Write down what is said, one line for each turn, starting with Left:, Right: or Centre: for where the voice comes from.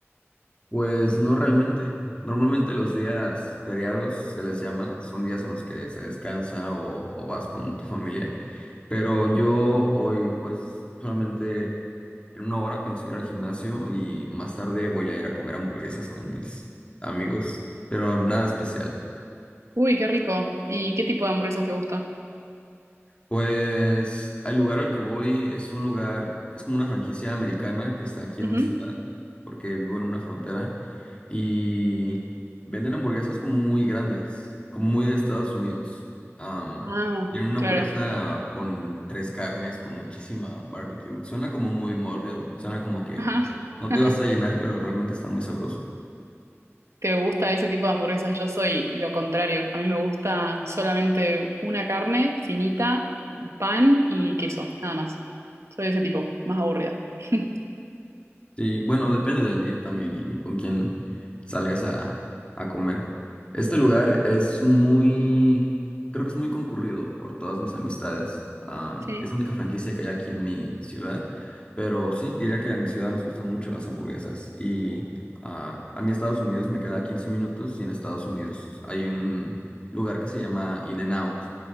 Left: Pues no realmente. Normalmente los días feriados se les llama, son días en los que se descansa o, o vas con tu familia, pero yo hoy pues solamente en una hora pienso ir al gimnasio y más tarde voy a ir a comer hamburguesas con mis amigos, pero nada especial.
Right: Uy, qué rico. ¿Y qué tipo de hamburguesas te gusta?
Left: Pues el lugar al que voy es un lugar, es como una franquicia americana que está aquí en
Right: Ujú.
Left: mi ciudad, porque vivo en una frontera, y venden hamburguesas como muy grandes, como muy de Estados Unidos. Am,
Right: Ah,
Left: tienen una
Right: claro.
Left: hamburguesa con tres carnes, con muchísima barbecue. Suena como muy mórbido, suena como que
Right: Ajá.
Left: no
Right: <laughs>
Left: te vas a llenar, pero realmente está muy sabroso.
Right: ¿Te gusta ese tipo de hamburguesas? Yo soy lo contrario. A mí me gusta solamente una carne finita, pan y queso, nada más. Soy ese tipo, más aburrida. <laughs>
Left: Sí, bueno, depende del día también y con quién salgas a, a comer. Este lugar es muy, creo que es muy concurrido por todas mis amistades. Ah,
Right: Sí.
Left: es la única franquicia que hay aquí en mi ciudad, pero sí, diría que a mi ciudad nos gustan mucho las hamburguesas y ah, a mí Estados Unidos me queda 15 minutos y en Estados Unidos hay un lugar que se llama In-N-Out,